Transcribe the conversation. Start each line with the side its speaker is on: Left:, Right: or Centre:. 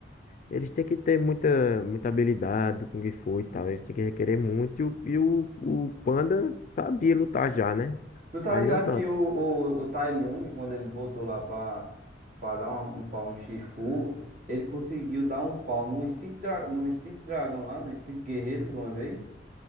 Left: eles têm que ter muita, muita habilidade do Kung Fu e tal, eles têm que requerer muito, e, o, e o, o Panda sabia lutar já, né?
Right: Tu tá
Left: Mas
Right: ligado
Left: não tanto.
Right: que o, o, o Tai Lung, quando ele voltou lá pra, pra dar uma- um pau no Shifu, ele conseguiu dar um pau nos cinco, dra nos cinco dragão lá, nos cinco guerreiros de uma vez.